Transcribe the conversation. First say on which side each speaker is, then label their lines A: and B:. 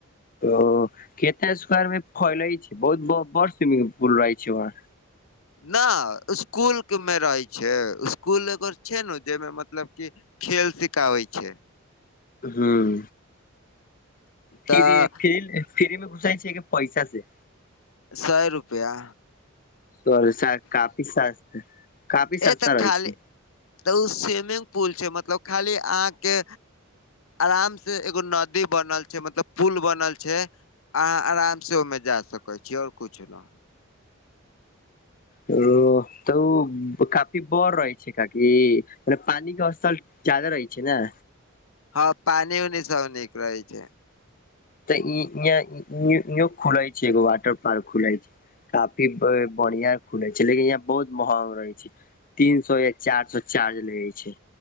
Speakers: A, on the left; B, on the left.
A: ओ केतै स्क्वायर मे फैलइ छै बहुत ब बड़ स्विमिंग पुल रहै छै वहाँ
B: नै इसकुल के मे रहै छै इसकुल एगो छै ने जइमे मतलब की खेल सिखाबै छै।
A: हुं फ्री
B: तऽ
A: फ्र फ्री मे घुसाइ छिए कि पैसा से
B: सए रुपैआ
A: तौरेसा काफी सस्त काफी सस्ता
B: ए तऽ
A: रहै
B: खाली
A: छै।
B: तऽ ओ स्विमिंग पुल छै मतलब खाली अहाँके आराम से एगो नदी बनल छै मतलब पुल बनल छै अहा आराम से ओमें- जा सकै छी ओर कुछ ना
A: ओ तब ऊऽ काफी बर रहै छै काकि मने पानी के असल जादा रहै छै ने
B: हँ पानी ओनी सब नीक रहै छै।
A: तऽ ई या न्यू न्यू खुलय छै एगो वॉटर पार्क खुलय छै। काफी बऽ बढ़िया खुलै छै लेकिन यहाँ बहुत महग रहै छै। तीन सौ या चार सौ चार्ज लगे छै